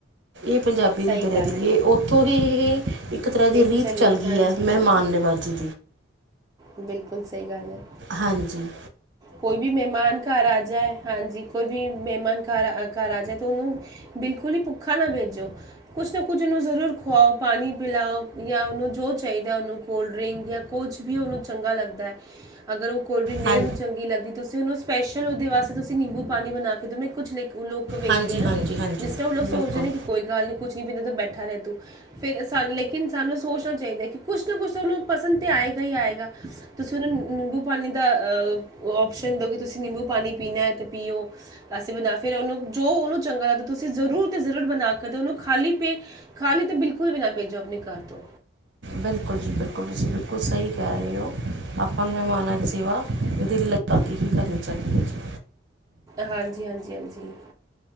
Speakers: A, on the right (about 65°); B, on the right (about 20°).
A: ਇਹ ਪੰਜਾਬੀ
B: ਸਹੀ
A: ਦੀ ਦਰਿਆ
B: ਗੱਲ
A: ਦਿਲੀ
B: ਹੈ
A: ਏ ਉੱਥੋਂ ਹੀ ਇਹ ਇੱਕ ਤਰ੍ਹਾਂ ਦੀ ਰੀਤ
B: ਚਲੀ
A: ਚੱਲ ਗਈ
B: ਹਾਂਜੀ
A: ਹੈ ਮਹਿਮਾਨ
B: ਹਾਂਜੀ
A: ਨਿਵਾ ਜੀ,
B: ਬਿਲਕੁਲ ਸਹੀ ਗੱਲ ਹੈ।
A: ਹਾਂਜੀ
B: ਕੋਈ ਵੀ ਮਹਿਮਾਨ ਘਰ ਆ ਜਾਏ ਹਾਂਜੀ ਕੋਈ ਵੀ ਮਹਿਮਾਨ ਘਰ ਘਰ ਆ ਜਾਏ ਤੇ ਉਹਨੂੰ ਬਿਲਕੁਲ ਹੀ ਭੁੱਖਾ ਨਾ ਭੇਜੋ। ਕੁਛ ਨਾ ਕੁਝ ਓਹਨੂੰ ਜ਼ਰੂਰ ਖਆਓ ਪਾਨੀ ਪਿਲਾਓ ਜਾਂ ਓਹਨੂੰ ਜੋ ਚਾਹੀਦਾ ਓਹਨੂੰ। ਕੋਲਡਰਿੰਗ ਜਾਂ ਕੁਝ ਵੀ ਉਹਨੂੰ ਚੰਗਾ ਲੱਗਦਾ ਹੈ, ਅਗਰ ਉਹ ਕੋਲਡਰਿੰਗ ਨਹੀਂ
A: ਹਾਂ
B: ਓ ਚੰਗੀ ਲੱਗਦੀ ਤੁਸੀਂ ਉਹਨੂੰ ਸਪੈਸ਼ਲ ਉਹਦੇ ਵਾਸਤੇ ਤੁਸੀਂ ਨਿੰਬੂ ਪਾਣੀ ਬਣਾ ਕੇ ਦਵੇਂ ਕੁਝ ਲਾਈਕ ਉਹ ਲੋਕ ਕੋਈ ਵੇਖ
A: ਹਾਂਜੀ
B: ਜਾਏ ਨਾ
A: ਹਾਂਜੀ ਹਾਂਜੀ
B: ਜਿਸ ਤਰ੍ਹਾਂ ਓ ਲੋਕ
A: ਬਿਲਕੁਲ
B: ਸੋਚਦੇ ਨੇ ਕਿ ਕੋਈ ਗੱਲ ਨੀ ਕੁੱਝ ਨੀ ਪੀਂਦਾ ਬੈਠਾ ਰਹ ਤੂੰ। ਫਿਰ ਲੇਕਿਨ ਸਾਨੂੰ ਸੋਚਣਾ ਚਾਹੀਦਾ ਹੈ ਕਿ, ਕੁਛ ਨਾ ਕੁਛ ਤਹਾਨੂੰ ਪਸੰਦ ਤਾਂ ਆਏਗਾ ਹੀ ਆਏਗਾ। ਤੁਸੀਂ ਉਹਨੂੰ ਨਿੰਬੂ ਪਾਣੀ ਦਾ ਓਪਸਨ ਦਿਓ ਕਿ ਤੁਸੀਂ ਨਿੰਬੂ ਪਾਣੀ ਪੀਣਾ ਹੈ ਤੇ ਪੀਓ। ਅਸੀਂ ਬਣਾ ਫਿਰ ਉਹਨੂੰ ਜੋ ਉਹਨੂੰ ਚੰਗਾ ਲੱਗਦਾ ਤੁਸੀਂ ਜ਼ਰੂਰ ਤੇ ਜ਼ਰੂਰ ਬਣਾ ਕੇ ਓਨੂੰ ਖਾਲੀ ਪੇ ਖਾਲੀ ਤਾਂ ਬਿਲਕੁਲ ਵੀ ਨਾ ਭੇਜੋ ਆਪਣੇ ਘਰ ਤੋਂ।
A: ਬਿਲਕੁਲ ਜੀ ਬਿਲਕੁਲ ਤੁਸੀਂ ਬਿਲਕੁਲ ਸਹੀ ਕਹਿ ਰਹੇ ਹੋ ਆਪਾਂ ਮਹਿਮਾਨਕ ਸੇਵਾ ਦਿਲ ਬਾਕ ਹੀ ਕਰੀਓ ਚਾਹੀਦੀ ਹੈ ਜੀ।
B: ਹਾਂਜੀ-ਹਾਂਜੀ-ਹਾਂਜੀ।